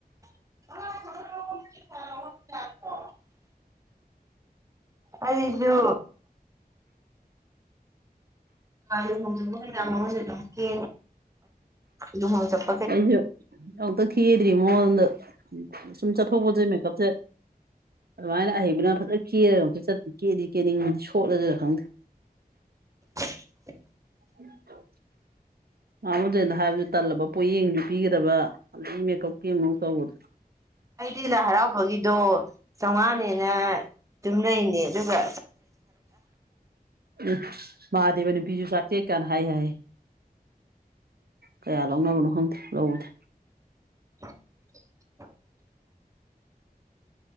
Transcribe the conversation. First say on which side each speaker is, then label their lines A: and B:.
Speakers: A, on the right; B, on the right.
A: <unintelligible> ꯑꯩꯖꯨ ꯂꯨꯍꯣꯡꯆꯠꯕ ꯃꯌꯥꯝꯁꯨ ꯑꯗꯨꯝ ꯀꯦ ꯂꯨꯍꯣꯡꯆꯠꯕ
B: ꯑꯩꯁꯨ ꯑꯝꯇ ꯀ°ꯗꯔꯤ ꯃꯉꯣꯟꯗ ꯁꯨꯝ ꯆꯠꯊꯣꯛꯄꯁꯦ ꯃꯦꯀꯞꯁꯦ ꯑꯗꯨꯃꯥꯏꯅ ꯑꯍꯩꯕꯅ ꯐꯖꯅ ꯀꯦꯔꯒ ꯑꯝꯇ ꯆꯠꯇꯄ ꯀꯦꯗꯤ ꯀꯦꯅꯤꯡꯗꯤ ꯁꯣꯠꯂꯁꯤꯔ ꯈꯪꯗꯦ
A: <inaudible>
B: ꯎꯝ ꯃꯥꯃꯗꯗ ꯍꯥꯏꯕꯁꯨ ꯇꯜꯂꯕ ꯄꯣꯠꯌꯦꯡꯁꯨ ꯄꯤꯒꯗꯕ ꯑꯗꯩ ꯃꯦꯀꯞꯀꯤ ꯑꯃꯛ ꯇꯧꯕꯗꯣ
A: ꯑꯩꯗꯤ ꯂꯥꯏ ꯍꯔꯥꯎꯕꯒꯤꯗꯣ ꯆꯥꯝꯃꯉꯥꯅꯦꯅ ꯑꯗꯨꯝ ꯂꯩꯅꯤ ꯑꯗꯨꯒ
B: ꯎ ꯃꯍꯥꯗꯦꯕ ꯅꯨꯄꯤꯁꯨ ꯆꯥꯛꯇꯦ ꯀꯥꯟꯅ ꯍꯥꯏ ꯍꯥꯏ ꯀꯌꯥ ꯂꯧꯅꯕꯅꯣ ꯈꯪꯗꯦ ꯂꯧꯕꯗꯦ
A: <inaudible>